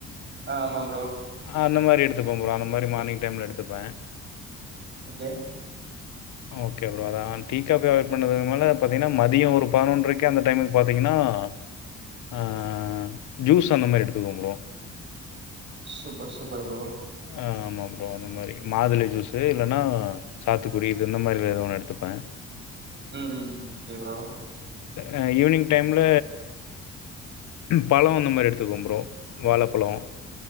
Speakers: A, on the right; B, on the left.
A: ஆஹ் ஆமா ப்ரோ
B: அந்த மாதிரி எடுத்துபேன் அந்தமாதிரி மார்னிங் டைம்ல எடுப்பேன்
A: ஓகே
B: ஓகே ப்ரோ அதான் டீ காப்பி அவைட் பண்ணதுக்கு மேல பார்த்தீங்கன்னா மதியம் ஒரு பதினொன்றரைக்கு அந்த டைமுக்கு பார்த்தீங்கன்னாஹ ஜூஸ் அந்த மாதிரி எடுத்துக்குவேன் ப்ரோ
A: சூப்பர் சூப்பர் ப்ரோ
B: ஆஹ் அப்புறம் அந்த மாதிரி மாதுளை ஜூஸ் இல்லைன்னா சாத்துக்குடி இது இந்த மாதிரில எத ஒண்ணு எடுத்துப்பேன்
A: உம் உம் ஓகே ப்ரோ
B: ஆ ஈவினிங் டைம்ல பழம் அந்த மாதிரி எடுத்துக்குவேன் ப்ரோ வாழைப்பழம்